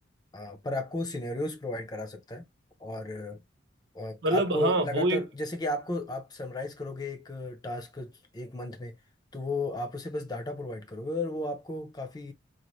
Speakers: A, on the left; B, on the right.
A: अ, पर आपको सिनेरियोज प्रोवाइड करा सकता है और और
B: मतलब
A: आपको
B: हाँ अच्छा
A: लगातार
B: वो एक
A: जैसे कि आपको आप समराइज करोगे एक टास्क एक मंथ में तो वो आप उसे बस डाटा प्रोवाइड करोगे और वो आपको काफ़ी